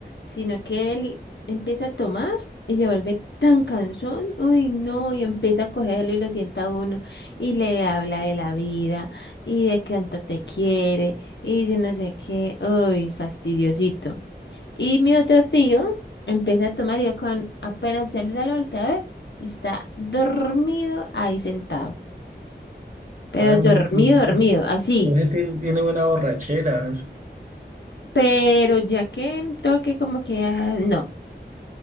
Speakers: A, on the left; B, on the right.
A: sino que él empieza a tomar y se vuelve tan cansón. Uy, no, y empieza a cogerlo y lo sienta a uno y le habla de la vida y de cuánto te quiere y de no sé qué. Uy, fastidiosito. Y mi otro tío empieza a tomar y yo con apenas se le da la vuelta a ver, está dormido ahí sentado. Pero
B: Ah,
A: dormido,
B: no, pero-
A: dormido, así.
B: pero él tiene, tiene buenas borracheras.
A: Pero ya que toque como que, ah, no,